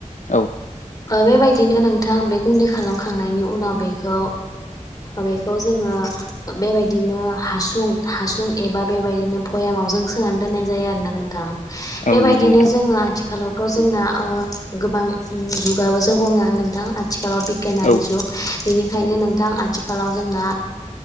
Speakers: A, on the left; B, on the left.
A: औ
B: बेबायदिनो नोंथां बे गुन्दै खालामखांनायनि उनाव बेखौ बेखौ जोङो बेबायदिनो हासुं हासुं एबा बेबायदिनो भयामावजों सोनानै दोननाय जायो आरो ना नोंथां
A: औ
B: बेबायदिनो
A: नंगौ नोंथां
B: जोङो आथिखालावथ' जोंना गोबां जुगाबो जौ हमनानै नोंथां आथिखालाव बिगियानारि
A: औ
B: जुग बेनिखायनो नोंथां आथिखालाव जोंना